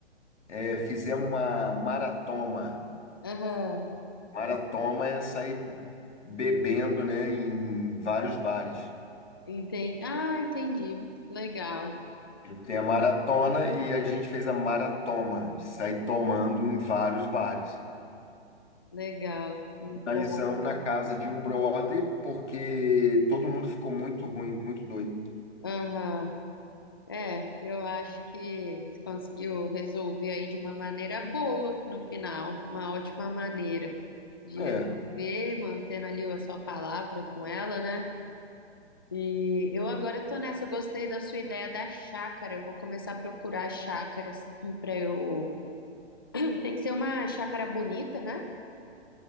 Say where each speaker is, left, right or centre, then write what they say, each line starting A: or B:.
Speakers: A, on the left; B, on the left.
A: é, fizemos uma maratoma.
B: aham,
A: Maratoma é sair bebendo, né, em vários bares.
B: entendi. Ah, entendi. Legal,
A: Tem a maratona e a gente fez a maratoma, de sair tomando em vários bares.
B: legal, muito
A: Finalizamos
B: bom.
A: na casa de um brother, porque todo mundo ficou muito ruim, muito doido.
B: Aham, é, eu acho que você conseguiu resolver aí de uma maneira boa no final, uma ótima maneira de
A: É,
B: resolver, mantendo ali a sua palavra com ela, né? E eu agora tô nessa, eu gostei da sua ideia da chácara. Eu vou começar a procurar chácaras <clears throat> para eu. Tem que ser uma chácara bonita, né?